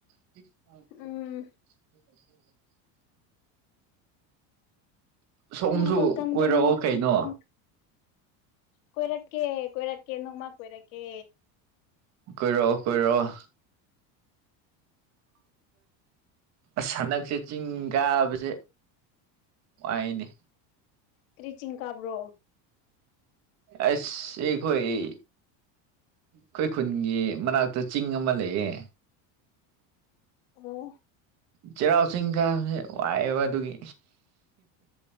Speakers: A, on the right (about 40°); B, on the left (about 85°).
A: <inaudible>
B: ꯎꯝ
A: ꯁꯣꯝꯁꯨ
B: ꯍꯣꯠꯅꯕ ꯀꯟꯕ
A: ꯀꯣꯏꯔꯛꯑꯣ
B: ꯃꯤꯗꯗꯤ
A: ꯀꯩꯅꯣ
B: ꯑꯗꯨꯝ ꯀꯣꯏꯔꯛꯀꯦ ꯀꯣꯏꯔꯛꯀꯦ ꯅꯣꯡꯃ ꯀꯣꯏꯔꯛꯀꯦ
A: ꯀꯣꯏꯔꯣꯛꯑꯣ ꯀꯣꯏꯔꯣꯛꯑꯣ ꯑꯁ ꯍꯟꯗꯛꯁꯦ ꯆꯤꯡ ꯀꯥꯕꯁꯦ ꯋꯥꯏꯅꯦ
B: ꯀ꯭ꯔꯤꯆꯤꯡ ꯀꯥꯕ꯭ꯔꯣ
A: ꯑꯁ ꯁꯤꯈꯣꯏ ꯏ ꯈꯣꯏ ꯈꯨꯟꯒꯤ ꯃꯅꯥꯛꯇ ꯆꯤꯡ ꯑꯃ ꯂꯩꯌꯦ
B: ꯑꯣ
A: ꯆꯩꯔꯥꯎ ꯆꯤꯡ ꯀꯥꯕꯁꯦ ꯋꯥꯏꯑꯦꯕ ꯑꯗꯨꯒꯤ